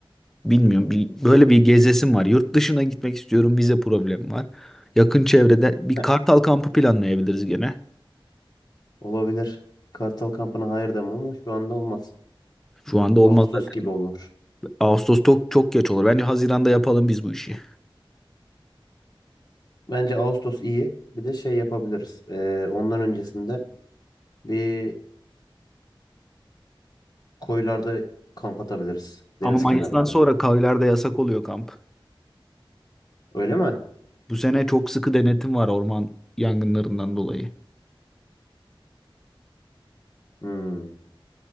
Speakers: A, in the centre; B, on the left (about 45°).
A: Bilmiyorum. bir- böyle bir gezesim var. Yurt dışına gitmek istiyorum. Vize problemi var. Yakın çevrede bir
B: Heh,
A: Kartal kampı planlayabiliriz gene.
B: Olabilir. Kartal kampına hayır demem ama şu anda olmaz.
A: Şu anda olmaz
B: Ağustos
A: zaten.
B: gibi olur.
A: Ağustos çok çok geç olur. Bence Haziran'da yapalım biz bu işi.
B: Bence Ağustos iyi. Bir de şey yapabiliriz. Ee, ondan öncesinde bir koylarda kamp atabiliriz.
A: Ama
B: Deniz
A: Mayıs'tan
B: kenarında.
A: sonra kayalarda yasak oluyor kamp.
B: Öyle mi?
A: Bu sene çok sıkı denetim var orman yangınlarından dolayı.
B: Hmm.